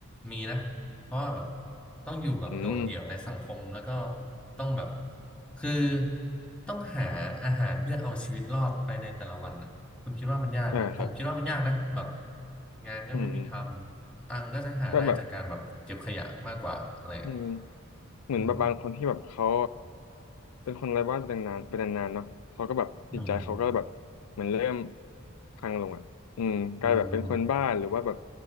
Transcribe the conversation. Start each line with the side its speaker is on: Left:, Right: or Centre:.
Centre: มีนะเพราะว่าแบบต้องอยู่แบบโดดเดี่ยวในสังคมแล้วก็
Left: อืม
Centre: ต้องแบบคือต้องหาอาหารเพื่อเอาชีวิตรอดไปในแต่ละวันนะคุณคิดว่ามันยากนะผมคิดว่ามันยากนะแบบ
Left: อ่าครับ
Centre: งานก็ไม่มีทำ
Left: อืม
Centre: ตังค์ก็จะหาได้จากการแบบเก็บขยะมากกว่าอะไรอย่างเงี้ย
Left: ก็แบบอืม เหมือนแบบบางคนที่แบบเขา
Centre: อืม
Left: เป็นคนไร้บ้านเป็นนานเป็นนานๆเนาะเขาก็แบบจิตใจเขาก็แบบเหมือนเริ่ม
Centre: อืม
Left: พังลงอ่ะอืมกลายแบบเป็นคนบ้าหรือว่าแบบ
Centre: อืม